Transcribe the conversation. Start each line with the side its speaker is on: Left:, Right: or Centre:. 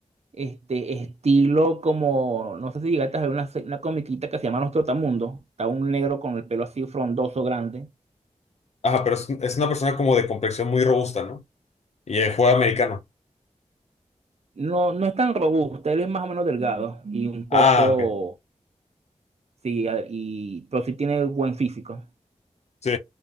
Right: Este estilo como, no sé si llegaste a ver una, se- una comiquita que se llama Los Trotamundos. Está un negro con el pelo así frondoso, grande.
Left: Ajá, pero es, es una persona como de complexión muy robusta, ¿no? Y eh, juega americano.
Right: No, no es tan robusto, él es más o menos delgado y un poco,
Left: Ah, ok.
Right: sí, a- y, pero sí tiene buen físico.
Left: Sí.